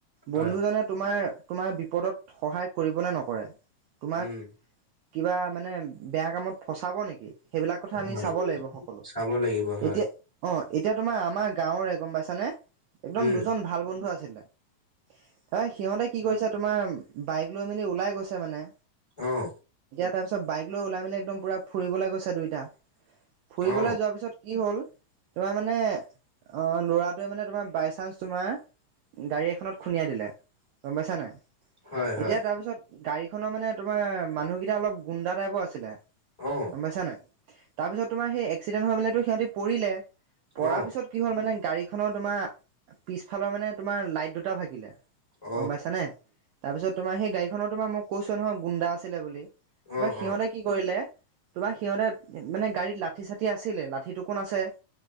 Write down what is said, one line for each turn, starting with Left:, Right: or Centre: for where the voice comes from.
Left: হয়।
Right: বন্ধুজনে তোমাৰ তোমাৰ বিপদত সহায় কৰিব নে নকৰে তোমাক
Left: উম
Right: কিবা মানে বেয়া কামত ফচাব নেকি সেইবিলাক কথা আমি
Left: হয়
Right: চাব লাগিব সকলো
Left: চাব লাগিব হয়
Right: এতিয়া অ এতিয়া তোমাৰ আমাৰ গাঁৱৰৰে গম পাইছানে একদম
Left: উম
Right: দুজন ভাল বন্ধু আছিলে। হয় সিহঁতে কি কৰিছে তোমাৰ বাইক লৈ মেলি ওলাই গৈছে মানে।
Left: অহ
Right: তাৰ পিছত বাইক লৈ ওলাই মেলি একদম পুৰা ফুৰিবলৈ গৈছে দুইটা ফুৰিবলৈ
Left: অ
Right: যোৱাৰ পিছত কি হ'ল। তোমাৰ মানে অ ল'ৰাটোৱে মানে তোমাৰ বাই চান্স তোমাৰ গাড়ী এখনত খুন্দিয়াই দিলে গম পাইছা নাই
Left: হয় হয়
Right: এতিয়া তাৰপিছত গাড়ীখনৰ মানে তোমাৰ মানুহকেইটা অলপ গুণ্ডা টাইপৰ আছিলে
Left: অ
Right: গম পাইছা নাই তাৰপিছত তোমাৰ সেই এক্সিডেন্ট হৈ মেলি ত সিহঁতি পৰিলে পৰাৰ
Left: অ।
Right: পিছত কি হ'ল মানে গাড়ীখনৰ তোমাৰ পিছফালৰ মানে তোমাৰ লাইট দুটা ভাগিলে
Left: অ',
Right: গম পাইছানে। তাৰপিছত তোমাৰ সেই গাড়ীখনৰ তোমাৰ মোক কৈছোয়ে নহয় গুন্দা আছিলে বুলি
Left: অ',
Right: তাপা সিহঁতে
Left: অ',
Right: কি কৰিলে। তোমাৰ সিহঁতে মানে গাড়ীত লাঠি চাঠি আছিলে লাঠিটো কোন আছে।